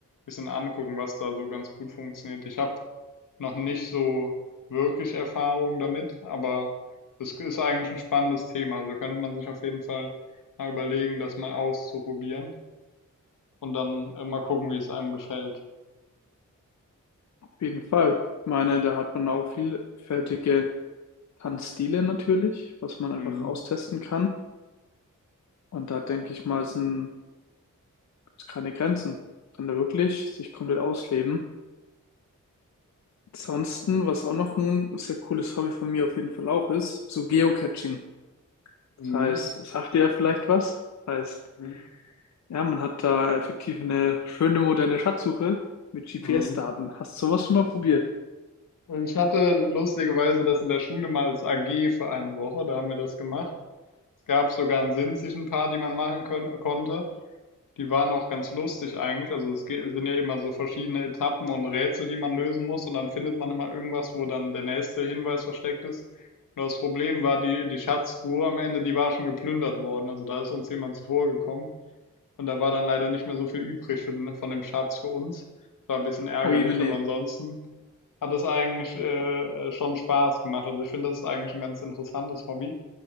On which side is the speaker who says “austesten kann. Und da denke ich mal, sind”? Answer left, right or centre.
Left